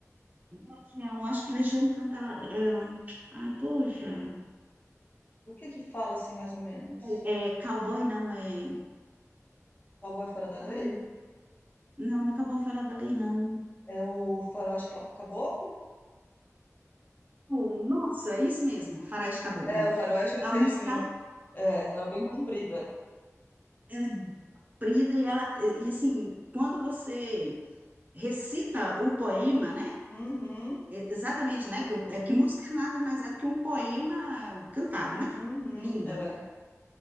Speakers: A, on the right (about 30°); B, on the left (about 35°).
A: Legião, acho que Legião canta ela, ela. Ai, poxa.
B: Do que que fala assim, mais ou menos?
A: É, é cowboy não, é.
B: Cowboy Fora da
A: Ai,
B: Lei?
A: não, não acabou a Fera da Lei, não.
B: É o faroeste cla- caboclo?
A: Oh, nossa, é isso mesmo, Faroeste Caboclo.
B: É, o faroeste ele
A: É uma
B: tem.
A: música,
B: É, ela é bem comprida.
A: ela é brida e ela, e assim, quando você recita o poema, né?
B: Uhum,
A: E- Exatamente, né? Que, o- é que música nada mais é do que um poema cantado, né?
B: uhum,
A: Linda.
B: é.